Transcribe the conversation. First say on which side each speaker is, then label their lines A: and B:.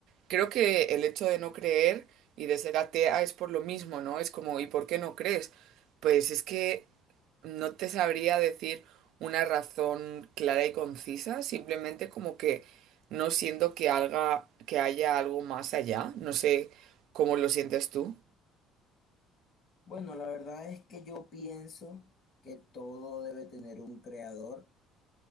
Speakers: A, on the right; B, on the left.
A: Creo que el hecho de no creer y de ser atea es por lo mismo, ¿no? Es como, ¿y por qué no crees? Pues es que no te sabría decir una razón clara y concisa, simplemente como que no siento que haga, que haya algo más allá. No sé cómo lo sientes tú.
B: Bueno, la verdad es que yo pienso que todo debe tener un creador,